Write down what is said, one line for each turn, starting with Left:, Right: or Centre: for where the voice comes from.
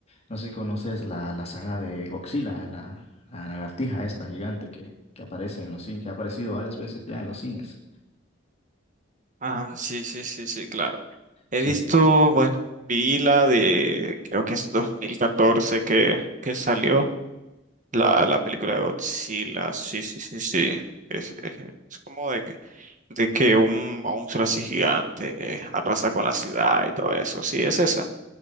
Left: No sé si conoces la, la saga de Godzilla, la, la lagartija esta gigante que, que aparece en los cines, que ha aparecido varias veces ya en los cines.
Right: Ah, sí, sí, sí, sí, claro. He
Left: Sí,
Right: visto, bueno, vi la de, creo que es 2014 que, que salió. La, la película de Godzilla, sí, sí, sí, sí. Es, es- es como de que, de que un monstruo así gigante eh, arrasa con la ciudad y todo eso. Sí, es esa.